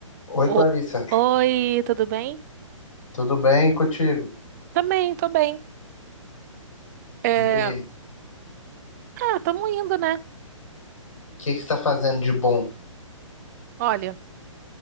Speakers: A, on the left; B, on the right.
A: Oi,
B: O-
A: Clarissa.
B: Oi, tudo bem?
A: Tudo bem contigo?
B: Também, tô bem. É...
A: E aí,
B: Ah, tamo indo, né?
A: o que que você está fazendo de bom?
B: Olha,